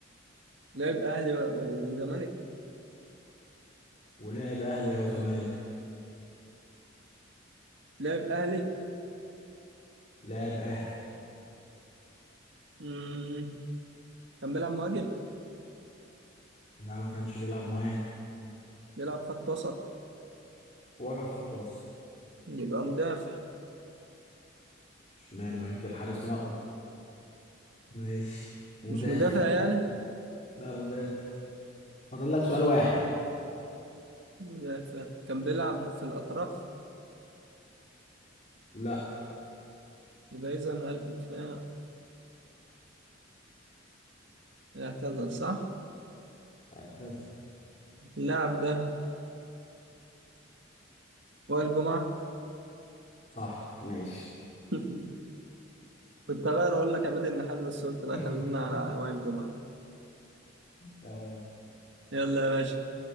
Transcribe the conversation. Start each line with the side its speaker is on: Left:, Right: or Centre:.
Right: لعب أهلي و- والزمالك
Left: ولعب أهلي أو زمالك
Right: لعب أهلي
Left: لعب أهلي
Right: مم. كان بيلعب مهاجم
Left: لا ما كانش بيلعب مهاجم
Right: بيلعب خط وسط
Left: ولا خط وسط
Right: يبقى مدافع
Left: اشمعنى ما يمكن حارس مرمى ماشي مدافع
Right: مش مدافع يعني
Left: لا مدافع فاضل لك سؤال واحد
Right: مدافع كان بيلعب في الأطراف
Left: لا
Right: يبقى إذا قلب دفاع اعتزل صح؟
Left: اعتزل
Right: اللاعب ده وائل جمعة
Left: صح ماشي
Right: <laughs> كنت هغير أقول لك عماد النحاس بس قلت لا
Left: <laughs>
Right: خلينا على وائل جمعة
Left: تمام
Right: يلا يا باشا